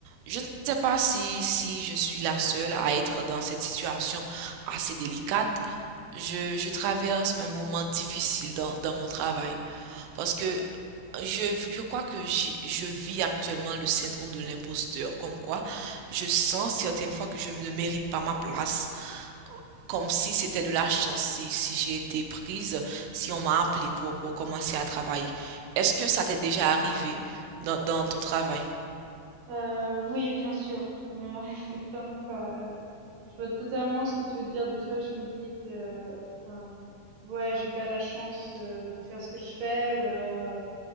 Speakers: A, on the right; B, on the right.
A: Je ne sais pas si, si je suis la seule à être dans cette situation assez délicate. Je, je traverse un moment difficile dans, dans mon travail parce que je, je crois que j'ai- je vis actuellement le syndrome de l'imposteur, comme quoi je sens certaines fois que je ne mérite pas ma place, comme si c'était de la chance, si, si j'ai été prise, si on m'a appelé pour, pour commencer à travailler. Est-ce que ça t'est déjà arrivé dans, dans ton travail?
B: Euh, oui, bien sûr, ça m'est arrivé <laughs> plein de fois. euh, je vois totalement ce que tu veux dire. Des fois, je me dis que, euh, ouais, j'ai pas la chance de, de faire ce que je fais, ou alors euh,